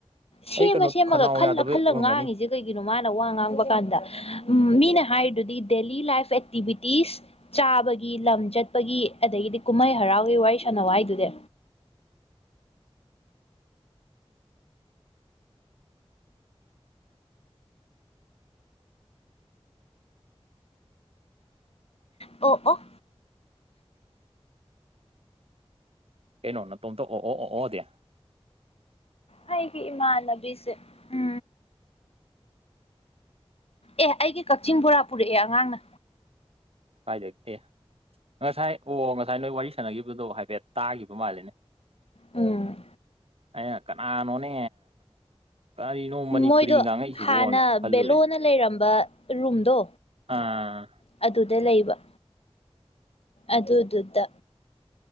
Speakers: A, on the left; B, on the right.
A: ꯁꯦꯝꯃ
B: ꯑꯩ ꯀꯩꯅꯣ
A: ꯁꯦꯝꯃꯒ
B: ꯈꯅꯥꯎ
A: ꯈꯜꯂ
B: ꯌꯥꯗꯕꯩ
A: ꯈꯜꯂ
B: ꯑꯣꯏꯔꯝꯒꯅꯤ
A: ꯉꯥꯡꯉꯤꯁꯦ ꯀꯩꯒꯤꯅꯣ ꯃꯥꯅ ꯋꯥ ꯉꯥꯡꯕ ꯀꯥꯟꯗ ꯃꯤꯅ ꯍꯥꯏꯔꯤꯗꯨꯗꯤ ꯗꯦꯂꯤ ꯂꯥꯏꯐ ꯑꯦꯛꯇꯤꯚꯤꯇꯤꯁ ꯆꯥꯕꯒꯤ ꯂꯝ ꯆꯠꯄꯒꯤ ꯑꯗꯒꯤꯗꯤ ꯀꯨꯝꯍꯩ ꯍꯔꯥꯎꯒꯤ ꯋꯥꯔꯤ ꯁꯥꯟꯅꯋꯥꯏꯗꯨꯗꯤ ꯑꯣ ꯑꯣ
B: ꯀꯩꯅꯣ ꯅꯇꯣꯝꯇ ꯑꯣ ꯑꯣ ꯑꯣ ꯑꯣꯗꯦ
A: ꯑꯩꯒꯤ ꯏꯃꯥꯟꯅꯕꯤꯁꯦ ꯎ ꯑꯦ ꯑꯩꯒꯤ ꯀꯛꯆꯤꯡ ꯕꯣꯔꯥ ꯄꯨꯔꯛꯑꯦ ꯑꯉꯥꯡꯅ
B: ꯍꯥꯏꯠꯇꯦ ꯉꯁꯥꯏ ꯑꯣ ꯉꯁꯥꯏ ꯅꯣꯏ ꯋꯥꯔꯤ ꯁꯥꯟꯅꯈꯤꯕꯗꯣ ꯍꯥꯏꯐꯦꯠ ꯇꯥꯈꯤꯕ ꯃꯥꯜꯜꯂꯤꯅꯦ
A: ꯎꯝ
B: ꯑ ꯀꯅꯥ ꯅꯣꯅꯦ ꯀꯔꯤꯅꯣ ꯃꯅꯤꯄꯨꯔꯤ
A: ꯃꯣꯏꯗꯣ
B: ꯉꯥꯡꯉꯏꯁꯤꯕꯣꯅ
A: ꯍꯥꯟꯅ
B: ꯈꯜꯂꯨꯔꯦ
A: ꯕꯦꯂꯣꯅ ꯂꯩꯔꯝꯕ ꯔꯨꯝꯗꯣ
B: ꯑꯥ
A: ꯑꯗꯨꯗ ꯂꯩꯕ ꯑꯗꯨꯗ ꯑꯗꯨꯗ